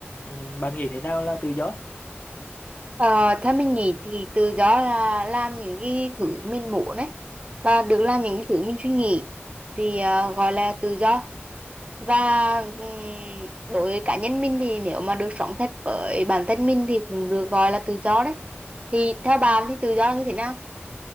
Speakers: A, on the left; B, on the right.
A: Ừ, bạn nghĩ thế nào là tự do?
B: Ờ, theo mình nghĩ thì tự do là làm những cái thứ mình muốn ấy và được làm những cái thứ mình suy nghĩ thì ờ, gọi là tự do và ừm, đối với cá nhân mình thì nếu mà được sống thật với bản thân mình thì cũng được gọi là tự do đấy thì theo bạn thì tự do như thế nào